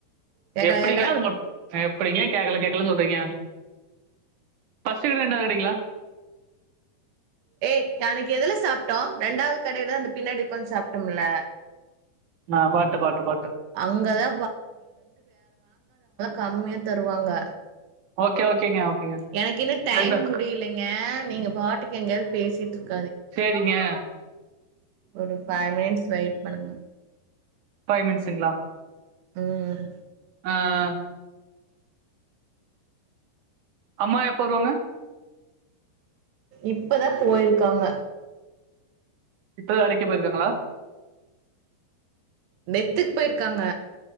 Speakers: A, on the right; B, on the right.
A: கேக்கல
B: எப்புடிங்க
A: கேக்கல
B: அது மட் எ எப்புடிங்க கேக்கல கேக்கல சொல்றீங்க ஃபிஸ்டு கிடு ரெண்டாவ்து கடிங்ளா
A: ஏ நாளக்கு எதுல சாப்ட்டோ ரெண்டாவ்து கடைதா அந்த பின்னாடி உக்காந் சாப்ட்டம்ல
B: அ பாட்ட பாட்ட பாட்
A: அங்கதா கம்யா தருவாங்க
B: ஓகே ஓகேங்க ஓகேங்க
A: எனக்கு இன்ன டைம்
B: ரெண்டு
A: முடிய்லைங்க நீங்க பாட்டுக்கு எங்யாவ்து பேசிட்டுருக்
B: சேரிங்க
A: ஒரு ஃபைவ் மினிட்ஸ் வெயிட் பண்ணுங்க
B: ஃபை மிட்ஸுங்ளா
A: ம்
B: அ அ அம்மா எப்போ வருவாங்க
A: இப்பதா போயிருக்காங்க
B: இப்பதா வேலக்கே போயிருக்காங்ளா
A: டெத்துக் போய்ருக்காங்க